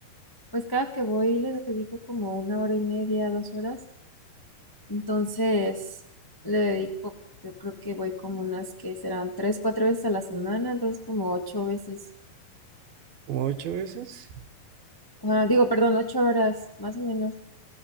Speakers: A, on the left; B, on the right.
A: pues cada que voy le dedico como una hora y media, dos horas. Entonces, le dedico, yo creo que voy como unas que serán tres, cuatro veces a la semana, entonces como ocho veces,
B: ¿Como ocho veces?
A: ah, digo, perdón, ocho horas, más o menos.